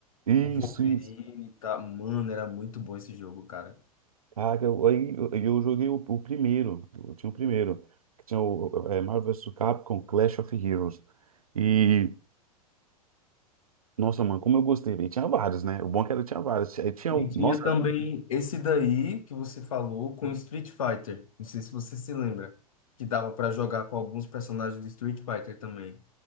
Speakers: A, on the right; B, on the left.
A: isso,
B: O Wolverine,
A: isso.
B: tá? Mano, era muito bom esse jogo, cara.
A: Cara, eu- aí eu, eu joguei o, o primeiro, eu tinha o primeiro, que tinha o é, Marvel versus Capcom Clash of Heroes. e Nossa, mano, como eu gostei, velho. Tinha vários, né? O bom é que era tinha vários. Aí tinha
B: E
A: o.
B: tinha
A: Nossa,
B: também esse daí que você falou com Street Fighter. Não sei se você se lembra. Que dava pra jogar com alguns personagens do Street Fighter também.